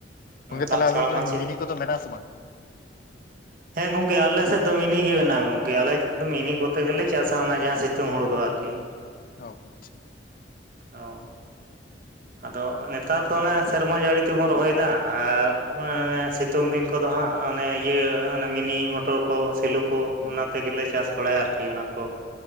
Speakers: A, on the left; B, on the right.
A: ᱜᱚᱝᱠᱮ
B: ᱫᱟᱜ
A: ᱛᱟᱦᱚᱞᱮ ᱟᱵᱮᱱ
B: ᱪᱷᱟᱲᱟ
A: ᱫᱚ
B: ᱢᱟ ᱪᱮᱫ
A: ᱢᱤᱱᱤ ᱠᱚᱫᱚ ᱢᱮᱱᱟᱜ ᱟᱥᱮ ᱵᱟᱝ
B: ᱦᱮᱸ ᱜᱚᱢᱠᱮ ᱟᱞᱮ ᱥᱮᱫ ᱫᱚ ᱢᱤᱱᱤ ᱜᱮ ᱢᱮᱱᱟᱜ-ᱟ ᱜᱚᱢ ᱜᱮ ᱟᱞᱮᱠ ᱫᱚ ᱢᱤᱱᱤ ᱠᱚᱛᱮ ᱜᱮᱞᱮ ᱪᱟᱥᱟ ᱚᱱᱟ ᱡᱟᱦᱟᱸ ᱥᱤᱛᱩᱝ ᱦᱩᱲᱩ ᱫᱚ ᱟᱨᱠᱤ᱾
A: ᱚ ᱟᱪᱪᱷᱟ᱾
B: ᱚ, ᱟᱫᱚ ᱱᱮᱛᱟᱨ ᱫᱚ ᱚᱱᱮ ᱥᱮᱨᱢᱟ ᱡᱟᱹᱲᱤ ᱛᱮᱵᱚᱱ ᱨᱚᱦᱚᱭ ᱫᱟ ᱟᱨ ᱚᱱᱟ ᱥᱤ ᱥᱤᱛᱩᱝ ᱫᱤᱱ ᱠᱚᱫᱚ ᱦᱟᱸᱜ ᱚᱱᱮ ᱤᱭᱟᱹ ᱚᱱᱮ ᱢᱤᱱᱤ ᱢᱚᱴᱚᱨ ᱠᱚ ᱥᱮᱞᱚ ᱠᱚ
A: ᱦᱩᱸ
B: ᱚᱱᱟ ᱛᱮᱜᱮᱞᱮ ᱪᱟᱥ ᱵᱟᱲᱟᱭᱟ ᱟᱨᱠᱤ ᱚᱱᱟ ᱠᱚ